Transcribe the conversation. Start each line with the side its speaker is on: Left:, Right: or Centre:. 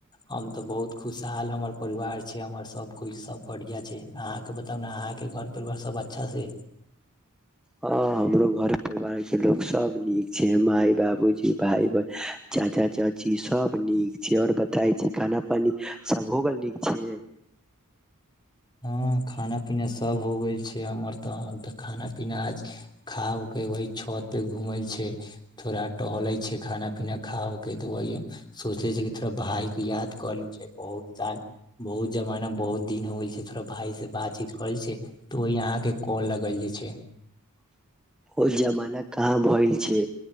Left: हम तऽ बहुत खुशहाल हमर परिवार छै, हमर सभकछ सभ बढ़िआँ छै। अहाँके बताउ ने अहाँके घर परिवार सभ अच्छासँ।
Centre: हँ, हमरो घर परिवार के लोग सब नीक छै, मााय, बाबूजी, भाय, बह चाचा-चाची सब नीक छै, ओर बताय छै खाना पानी सब हो गेल नीक छै।
Left: हाँ, खाना पीना सब हो गेल छै, हमर तऽ तऽ खाना पीना आज खाके वहि छत पे घूमल छै थोड़ा टहले छै खाना पीना खाउके तऽ वह सोचे छै कि थोड़ा भााय के याद कर लू। बहुत सा बहुत जमाना बहुत दिन हो गेल छै। भााय से बातचीत करल छै तऽ ओहि यहाँ के कॉल लगइले छै।
Centre: ओ जमाना कहाँ भल छै,